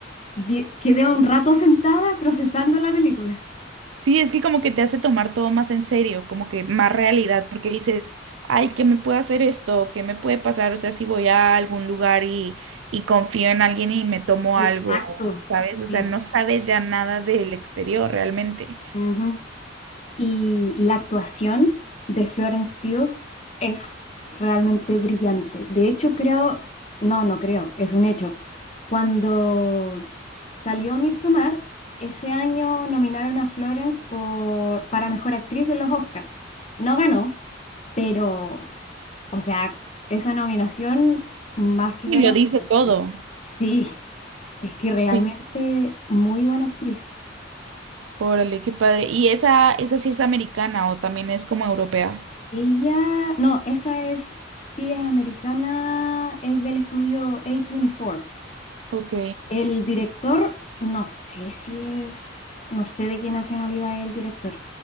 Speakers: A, on the left; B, on the right.
A: die- quedé un rato sentada procesando la película.
B: sí, es que como que te hace tomar todo más en serio, como que más realidad, porque dices, ay, ¿qué me puede hacer esto? ¿Qué me puede pasar? O sea, si voy a algún lugar y, y confío en alguien y me tomo
A: Exacto,
B: algo, ¿sabes? O
A: sí.
B: sea, no sabes ya nada del exterior realmente.
A: Ujú. Y la actuación de Florence Pugh es realmente brillante. De hecho, creo, no, no creo, es un hecho. Cuando salió Midsommar, ese año nominaron a Florence por, para mejor actriz en los Oscars. No ganó, pero, o sea, esa nominación más que
B: Y
A: ganada.
B: lo dice
A: porque
B: todo.
A: Sí, es que realmente
B: Sí.
A: muy buena actriz.
B: Órale, qué padre. ¿Y esa, esa sí es americana o también es como europea?
A: Ella, no, esa es, sí es americana, es del estudio A24.
B: Ok,
A: El director, no sé si es, no sé de qué nacionalidad es el director,